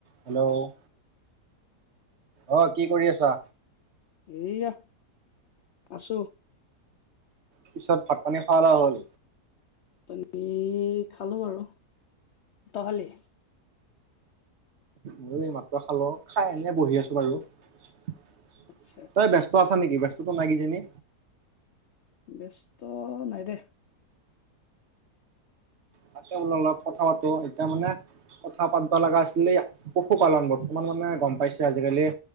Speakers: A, on the right; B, on the left.
A: Hello. অ কি কৰি আছা?
B: এয়া, আছো।
A: পিছত ভাত পানী খাৱা লাৱা হল?
B: পানী খালো আৰু, ত‌ই খালি?
A: ময়ো এই মাত্ৰ খালো খাই এনেই বহি আছো বাৰু <unintelligible>
B: আচ্ছা আচ্ছা
A: তই ব্যস্ত আছা নেকি ব্যস্ত নাই কিজানি?
B: ব্যস্ত নাই দে।
A: তাকে বোলো অলপ কথা পাতো এতিয়া মানে। কথা পাতিব লগা আছিলে পশুপালন বৰ্তমান মানে গম পাইছে আজিকালি।